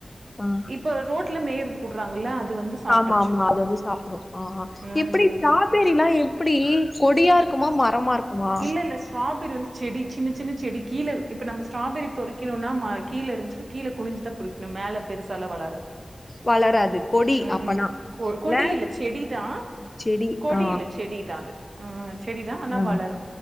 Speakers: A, on the left; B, on the right.
A: ஆ
B: இப்ப ரோட்ல மேய்றதுக் உட்றாங்கல்ல அது வந்து சாப்ட்ருச்சு
A: ஆமா ஆமா அது வந்து சாப்ட்ரு ஆ
B: ம்
A: எப்டி ஸ்டராபெரி எல்லா எப்டி கொடியா இருக்குமா
B: ஸ்டா
A: மரமா இருக்குமா
B: இல்ல இல்ல ஸ்ட்ராபெரி வந்து செடி சின்ன சின்ன செடி கீழ இப்ப நம்ம ஸ்ட்ராபெரி பொறிக்கணுனா மா கீழ இருந்துச்னா கீழ குனுஞ்சுதா பொறிக்கணு மேல பெருசால வளராது
A: வளராது கொடி
B: ம்
A: அப்பனா
B: ம் கொ கொடியில்ல
A: இல்ல
B: செடிதா
A: செடி
B: கொடியில்ல
A: ஆ
B: செடி தா அது ம் செடிதா ஆனா
A: ஆ.
B: வளரு